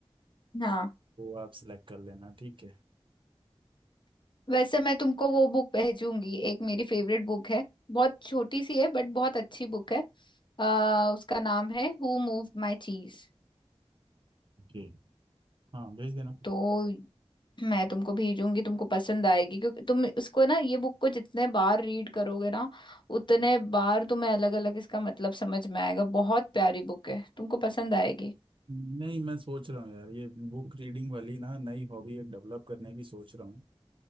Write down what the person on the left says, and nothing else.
हाँ
वैसे मैं तुमको वो बुक भेजूंगी एक मेरी फेवरेट बुक है बहुत छोटी सी है बट बहुत अच्छी बुक है आ, उसका नाम है हु मूव्ड माई चीज
तो मैं तुमको भेजूंगी तुमको पसंद आएगी क्योंकि तुम इसको ना ये बुक को जितने बार रीड करोगे ना उतने बार तुम्हें अलग अलग इसका मतलब समझ में आएगा बहुत प्यारी बुक है तुमको पसंद आएगी